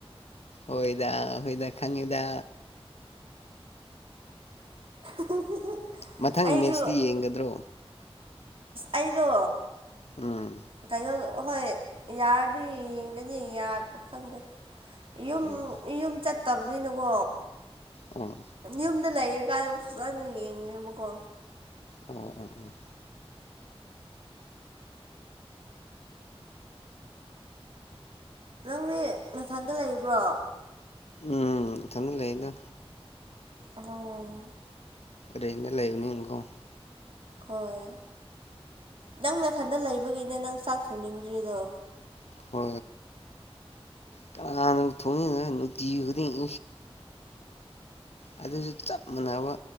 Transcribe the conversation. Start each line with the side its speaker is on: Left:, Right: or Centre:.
Left: ꯍꯣꯏꯗ ꯍꯣꯏꯗ ꯈꯪꯉꯤꯗ
Right: <inaudible>
Left: ꯃꯊꯪꯒꯤ
Right: ꯑꯩꯁꯨ
Left: ꯃꯦꯠꯁꯇꯤ ꯌꯦꯡꯒꯗ꯭ꯔꯣ
Right: ꯑꯩꯗꯣ
Left: ꯎꯝ
Right: ꯀꯩꯅꯣ ꯍꯣꯏ ꯌꯥꯔꯗꯤ ꯌꯦꯡꯒꯅꯤ ꯈꯪꯗꯦ ꯌꯨꯝ
Left: ꯎꯝ
Right: ꯌꯨꯝ ꯆꯠꯇꯕꯅꯤꯅꯀꯣ
Left: ꯑꯣ
Right: ꯌꯨꯝ ꯌꯨꯝꯗ ꯂꯩꯔꯤꯀꯥꯟ ꯐꯖꯅ ꯌꯦꯡꯉꯦꯕꯀꯣ
Left: ꯑꯣ ꯑꯣ ꯑꯣ
Right: ꯅꯪꯗꯤ ꯅꯊꯥꯟꯗ ꯂꯩꯕ꯭ꯔꯣ
Left: ꯎꯝ ꯏꯊꯥꯟꯗ ꯂꯩꯗ
Right: ꯑꯣ
Left: ꯂ꯭ꯌꯦꯟ ꯇꯥ ꯂꯩꯕꯅꯤꯅꯥ ꯀꯣ
Right: ꯍꯣꯏ ꯅꯪ ꯅꯊꯥꯟꯗ ꯂꯩꯕꯒꯤꯅꯦ ꯅꯪ ꯆꯥꯛ ꯊꯣꯡꯅꯤꯡꯗ꯭ꯔꯤꯗꯣ
Left: ꯍ ꯀꯥꯅ ꯊ ꯅꯨꯊ ꯑꯗꯨꯁꯨ ꯆꯞ ꯃꯥꯟꯅꯕ